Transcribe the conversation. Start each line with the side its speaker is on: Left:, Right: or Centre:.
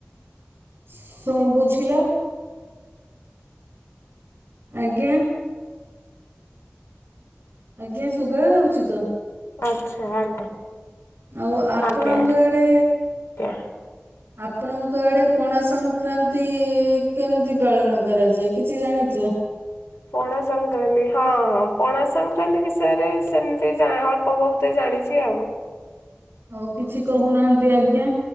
Right: ଶ ବୁଝିଲ? ଆଜ୍ଞା। ଆଜ୍ଞା ଶୁବା ଯାଉଚି ତ?
Left: ଆଚ୍ଛା ଆଜ୍ଞା
Right: ଆଉ ଆପଣଙ୍କ
Left: ଆଜ୍ଞା
Right: ଆଡେ
Left: ଆଜ୍ଞା
Right: ଆପଣଙ୍କ ଆଡ଼େ ପଣା ସଂକ୍ରାନ୍ତି କେମିତି ପାଳନ କରାଯାଏ କିଛି ଜାଣିଚ?
Left: ପଣା ସଂକ୍ରାନ୍ତି ହଁଁ ହଁ ପଣା ସଂକ୍ରାନ୍ତି ବିଷୟରେ ସେମିତି ଅଳ୍ପ ବହୁତେ ଜାଣିଛି। <unintelligible>
Right: ଆଉ କିଛି କହୁନାହାନ୍ତି ଆଜ୍ଞା?